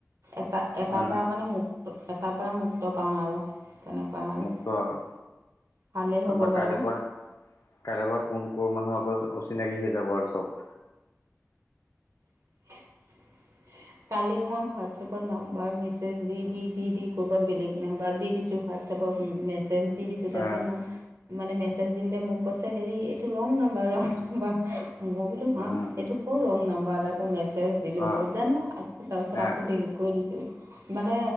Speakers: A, on the right; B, on the left.
A: এটা এটাৰ
B: উম
A: পৰা মানে মোক এটাৰ পৰা মুক্ত পাম আৰু তেনেকুৱা আৰু
B: সেইটো আৰু
A: ভালেই
B: তাৰপৰা
A: হ'ব বাৰু
B: কাইলৈ পৰা কাইলৈ পৰা কোন কৰ মানুহ আকৌ অচিনাকি হৈ যাব আৰু চব
A: <unintelligible> কালি মই হোৱাটছএপত নাম্বাৰ মেছেজ দি দি দি দি ক'ৰবাত বেলেগ নাম্বাৰ দি দিছোঁ হোৱাটছএপ। চবক মেছেজ দি দিছোঁ তাৰপিছত
B: আহ
A: মোক মানে মেছেজ দিওতে মোক কৈছে হেৰি এইটো ৰং নাম্বাৰ ৰং নাম্বাৰ মই বোলো হা
B: উম
A: এইটো কৰ ৰং নাম্বাৰ তাকো মেছেজ দিলোগৈ'
B: অ
A: জানো আকৌ তাৰপিছত
B: এ
A: আকৌ ডিলিট কৰি দিলো মানে